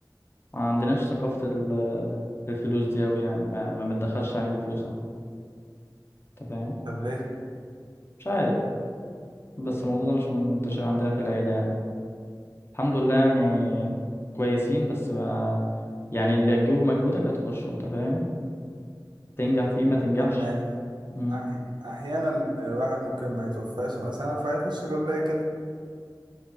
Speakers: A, on the left; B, on the right.
A: ما عندناش ثقافة ال- الفلوس دي اوي يعني ما ما بندخلش علم بفلوس اه انت فاهم
B: طب ليه
A: مش عارف بس الموضوع ده مش منتشر عندنا في العيلة يعني الحمد لله يعني كويسين بس ما يعني اللي هتجيبه بمجهودك هتخشه انت فاهم تنجح فيه ما تنجحش
B: أما يعني
A: مم.
B: أحي... أحيانا الواحد ممكن ما يتوفاش مثلا فيخش كلية كده